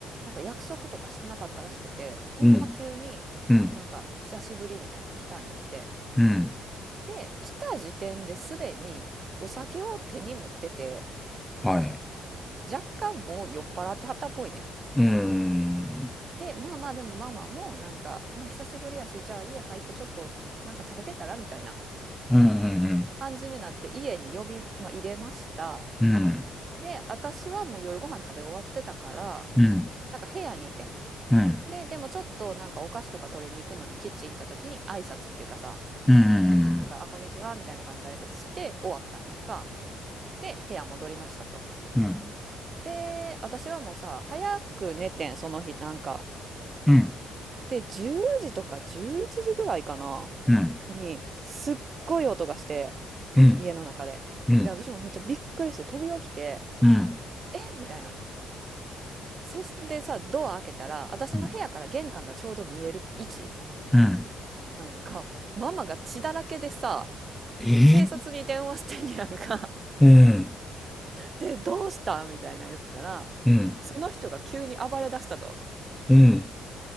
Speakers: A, on the right; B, in the centre.
A: なんか約束とかしてなかったらしくて、もうほんま急に、
B: うん。うん。
A: なんか久しぶりみたいな来たんやって。
B: うん。
A: で、来た時点ですでにお酒を手に持ってて、
B: はい。
A: 若干もう酔っ払ってはったっぽいね。
B: うん。
A: で、まあまあでもママもなんか、まあ久しぶりやし、じゃあ家入ってちょっとなんか食べてたらみたいな
B: うん。うん。
A: 感じになって家に呼び、まあ、入れました。
B: うん。
A: で、私はもう夜ご飯食べ終わってたから、
B: うん。うん。
A: なんか部屋にいてん。
B: うん。
A: で、でもちょっとなんかお菓子とか取りに行くのにキッチン行った時に挨拶っていうかさ、
B: うん。
A: なんか、あ、こんにちはみたいな感じで挨拶して終わったんやんか。で、部屋戻りましたと。
B: うん。うん。
A: で、私はもうさ、早く寝てん、その日、なんか。
B: うん。うん。
A: で、10時とか11時ぐらいかな、
B: うん。
A: に、すっごい音がして、
B: うん、
A: 家の中で。
B: うん、
A: で、私もめっちゃびっくりして飛び起きて、
B: うん、
A: えみたいな。そしてさ、ドア開けたら、私の部屋から玄関がちょうど見える位置
B: うん、うん。
A: なんやんか。ママが血だらけでさ、
B: えー
A: 警察に電話してんやんか。
B: うん、
A: で、どうしたみたいな言ったら、
B: うん、
A: その人が急に暴れ出したと。
B: うん、